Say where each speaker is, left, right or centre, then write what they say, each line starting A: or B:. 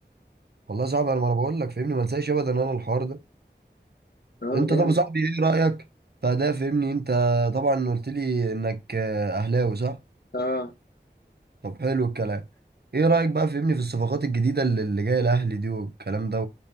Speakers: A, on the right; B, on the left.
A: والله صعب أنا ما أنا بقول لك فاهمني ما انساش أبدا أنا الحوار ده
B: اه
A: أنت
B: جامد
A: طب يا صاحبي إيه رأيك فده فاهمني أنت طبعا قلت لي إنك آه، أهلاوي صح
B: اه
A: طب حلو الكلام إيه رأيك بقى فاهمني في الصفقات الجديدة اللي اللي جاية الأهلي دي والكلام ده